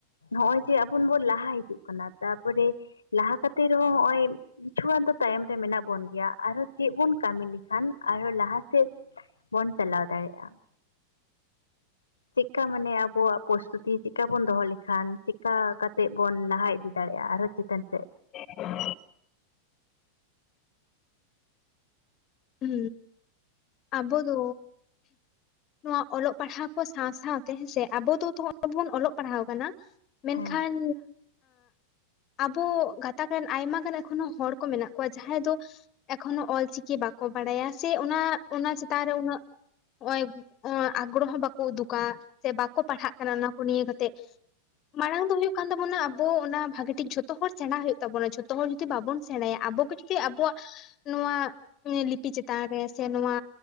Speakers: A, on the left; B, on the left.
A: ᱱᱚᱜᱼᱚᱭ ᱡᱮ ᱵᱚᱱ ᱞᱟᱦᱟ ᱦᱤᱡᱩᱜ ᱠᱟᱱᱟ, ᱛᱟᱯᱚᱨᱮ ᱞᱟᱦᱟ ᱠᱟᱛᱮᱜ ᱨᱮᱦᱚᱸ ᱱᱚᱜ-ᱚᱭ ᱠᱤᱪᱷᱩᱜᱟᱱ ᱫᱚ ᱛᱟᱭᱚᱢ ᱨᱮ ᱢᱮᱱᱟᱜ ᱵᱚᱱ ᱜᱮᱭᱟ ᱟᱨᱦᱚ ᱪᱮᱫ ᱵᱚᱱ ᱠᱟᱹᱢᱤ ᱞᱮᱠᱷᱟᱱ ᱟᱨᱦᱚ ᱞᱟᱦᱟ ᱥᱮᱫ ᱵᱚᱱ ᱪᱟᱞᱟᱣ ᱫᱟᱲᱮᱭᱟᱜᱟ᱾ ᱪᱮᱫᱠᱟ ᱢᱟᱱᱮ ᱟᱵᱚᱣᱟᱜ ᱯᱨᱚᱥᱛᱩᱛᱤ ᱪᱮᱫᱠᱟ ᱵᱚᱱ ᱫᱚᱦᱚ ᱞᱮᱠᱷᱟᱱ ᱪᱮᱫᱠᱟ ᱠᱟᱛᱮ ᱵᱚᱱ ᱞᱟᱦᱟ ᱤᱫᱤ ᱫᱟᱲᱮᱭᱟᱜᱼᱟ ᱟᱨᱦᱚ ᱪᱤᱠᱟᱱᱛ ᱥᱮᱫ᱾
B: <inaudible> ᱦᱩ ᱟᱵᱚ ᱫᱚ ᱱᱚᱣᱟ ᱚᱞᱚᱜ ᱯᱟᱲᱦᱟᱣ ᱠᱚ ᱥᱟᱶ ᱥᱟᱶ ᱦᱮᱸᱥᱮ ᱟᱵᱚ ᱫᱚᱵᱚᱱ ᱚᱞᱚᱜ ᱯᱟᱲᱦᱟᱣ ᱠᱟᱱᱟ ᱢᱮᱱᱠᱷᱟᱱ
A: ᱦᱮᱸ
B: ᱟᱵᱚ ᱜᱟᱛᱟᱠ ᱨᱮᱱ ᱟᱭᱢᱟ ᱜᱟᱱ ᱮᱠᱷᱚᱱᱳ ᱦᱚᱲ ᱠᱚ ᱢᱮᱱᱟᱜ ᱠᱚᱣᱟ ᱡᱟᱸᱦᱟᱸᱭ ᱫᱚ ᱮᱠᱷᱚᱱᱳ ᱚᱞᱪᱤᱠᱤ ᱵᱟᱠᱚ ᱵᱟᱲᱟᱭᱟ ᱥᱮ ᱚᱱᱟ ᱚᱱᱟ ᱪᱮᱛᱟᱱ ᱨᱮ ᱩᱱᱟᱹᱜ ᱱᱚᱜ-ᱚᱭ <inaudible> ᱟᱜᱽᱨᱚᱦᱚ ᱵᱟᱠᱚ ᱩᱫᱩᱜᱟ ᱾ ᱥᱮ ᱵᱟᱠᱚ ᱯᱟᱲᱦᱟᱜ ᱠᱟᱱᱟ ᱱᱚᱣᱟ ᱠᱚ ᱱᱤᱭᱟᱹ ᱠᱟᱛᱮᱜ᱾ ᱢᱟᱲᱟᱝ ᱫᱚ ᱦᱩᱭᱩᱜ ᱠᱟᱱ ᱛᱟᱵᱚᱱᱟ ᱟᱵᱚ ᱚᱱᱟ ᱢᱟᱲᱟᱝ ᱫᱚ ᱦᱩᱭᱩᱜ ᱠᱟᱱ ᱛᱟᱵᱚᱱᱟ ᱟᱵᱚ ᱚᱱᱟ ᱵᱷᱟᱜᱤ ᱴᱷᱤᱠ ᱡᱷᱚᱛᱚ ᱦᱚᱲ ᱥᱮᱬᱟ ᱦᱚ ᱦᱩᱭᱩᱜ ᱛᱟᱵᱚᱱᱟ ᱡᱷᱚᱛᱚ ᱦᱚᱲ ᱡᱩᱫᱤ ᱵᱟᱵᱚᱱ ᱥᱮᱬᱟᱭᱟ ᱟᱵᱚ ᱡᱮ ᱟᱵᱚᱣᱟᱜ ᱱᱚᱣᱟ ᱞᱤᱯᱤ ᱪᱮᱛᱟᱱ ᱨᱮ ᱥᱮ ᱱᱚᱣᱟ